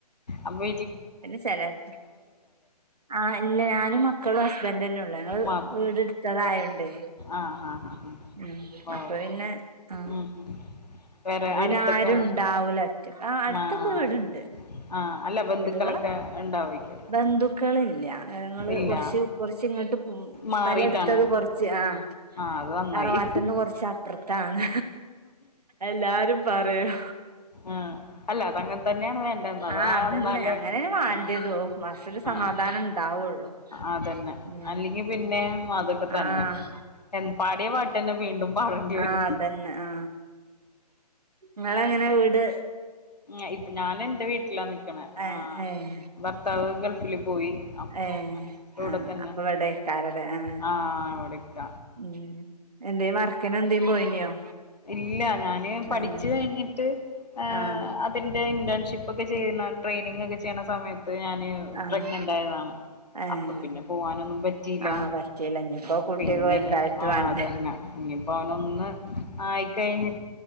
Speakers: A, on the left; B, on the right.
A: അപ്പോ
B: പിന്നെ ചെലർക്ക് ആ ഇല്ല ഞാനും മക്കളും ഹസ്ബൻഡ് തന്നെ ഒള ഞങ്ങള്
A: മാത്രേ
B: വീട്
A: ഉള്ളൂ
B: എടുത്തതായോണ്ടേ
A: ആഹ് ആഹ് ആഹ് ആഹ്
B: ഉം
A: ഓ
B: അപ്പ പിന്നെ ആ
A: ഉം ഉം വേറെ
B: അപ്പൊ പിന്നെ
A: അടുത്തൊക്കെ
B: ആരും ഇണ്ടാവൂല അറ്റ് ആ അടുത്തൊക്കെ
A: ആഹ്
B: വീടോണ്ട്
A: ആഹ് അല്ല ബന്ധുക്കളൊക്കെ
B: വീടുകളൊ
A: ഉണ്ടാവരിക്കുംല്ലേ
B: ബന്ധുക്കളില്ല ഞങ്ങള്
A: ഇല്ല
B: കുറച്ച് കൊറച്ച് ഇങ്ങോട്ട് ഉംസ്ഥലം
A: മാറിട്ടാണ്
B: എടുത്തത് കൊറച്ച് ആ
A: ആഹ് അത് നന്നായി
B: തറവാട്ട്ന്ന് കൊറച്ച് അപ്പുറത്താണ് എല്ലാരും പറയും
A: ആ അല്ല തങ്ക <unintelligible> ന്നാല്ലേ
B: ആഹ് അതന്നെ അങ്ങനെന്നെ വേണ്ടിയതോ
A: ങാ
B: മനസ്സില്
A: ങാ
B: സമാധാനം ഉണ്ടാവുള്ളു
A: അതന്നെ
B: ഉം
A: അല്ലെങ്കിൽ പിന്നേം അത് തന്നെ
B: ആഹ്
A: എംപാടെ പാട്ടി ന വീണ്ടും പാടേണ്ടി വരും
B: ആ അതന്നെ ആ നിങ്ങളെങ്ങനാ വീട്
A: ഉം ഇപ്പ ഞാൻ എന്റെ വീട്ടിലാന്ന് കണെ
B: ഏഹ്
A: ആ
B: ഏഹ്
A: ഭർത്താവു ഗൾഫ് ഫിലും പോയി പ്പ
B: ഏഹ്
A: പ്പിവിടെ
B: ആഹ്
A: തന്നെ
B: അപ്പൊ ഇവിടേക്കാരല്ലേ ആഹ്
A: ആ ഇവിടിക്ക
B: ഉം എന്തേ വർക്കിന് എന്തേം പോയിനിയോ
A: ഇല്ല ഞാന് പഠിച്ച്
B: ആഹ്
A: കഴിഞ്ഞിട്ട് ആ
B: ആഹ്
A: അതിന്റെ ഇന്റേൺഷിപ്പ് ഒക്കെ ചെയ്യുന്ന ട്രെയിനിങ് ഒക്കെ ചെയ്യണ സമയത്ത് പ്പ ഞാന്
B: ആഹ്
A: പ്രഗ്നന്റ് ആയതാണ്
B: ഏഹ്
A: അപ്പൊ പിന്നെ പോവാനൊന്നും പറ്റിയില്ല
B: ആഹ് പറ്റീല്ല ഇഞ്ഞിപ്പോ കുട്ടിയൊക്കെ
A: പിന്ന
B: വലുതായിട്ട്
A: ആ
B: വാണ്ടേ
A: അതന്നെ ഇനിപ്പോ അവനൊന്ന് ആയിട്ട് കഴിഞ്ഞ്